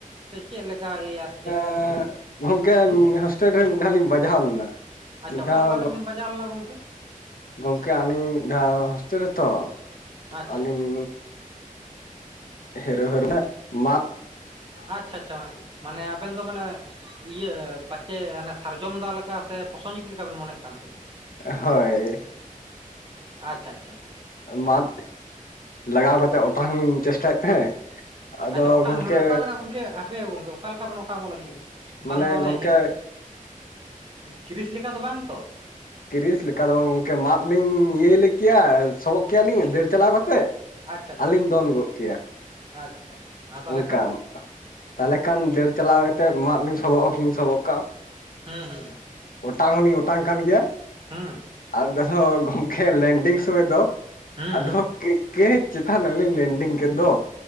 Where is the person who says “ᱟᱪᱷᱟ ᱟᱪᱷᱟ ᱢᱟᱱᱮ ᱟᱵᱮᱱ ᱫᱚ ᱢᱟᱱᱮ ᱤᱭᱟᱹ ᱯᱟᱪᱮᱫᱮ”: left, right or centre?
Right